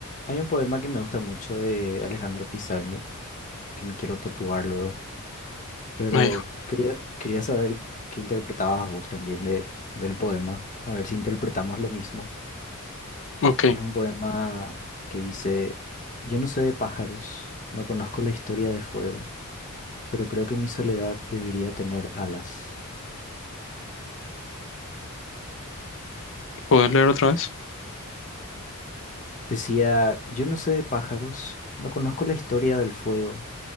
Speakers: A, on the left; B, on the left.
A: Hay un poema que me gusta mucho de Alejandro Pizarnik, que me quiero tatuar luego, pero
B: Ay,
A: quería, quería saber qué interpretabas vos también de, del poema, a ver si interpretamos lo mismo.
B: ok,
A: Es un poema que dice, yo no sé de pájaros, no conozco la historia de fuego, pero creo que mi soledad debería tener alas.
B: ¿puedes leer otra vez?
A: Decía, yo no sé de pájaros, no conozco la historia del fuego,